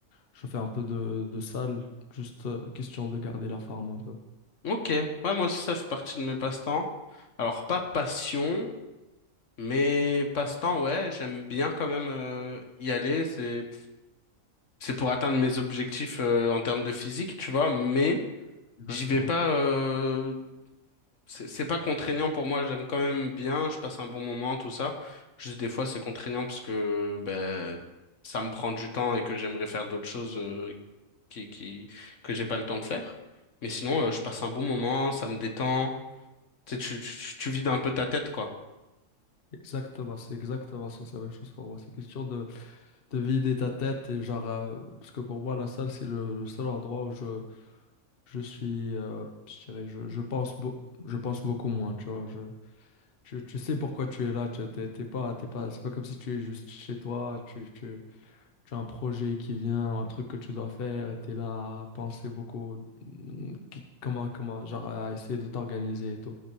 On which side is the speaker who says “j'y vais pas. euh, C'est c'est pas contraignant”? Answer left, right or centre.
Left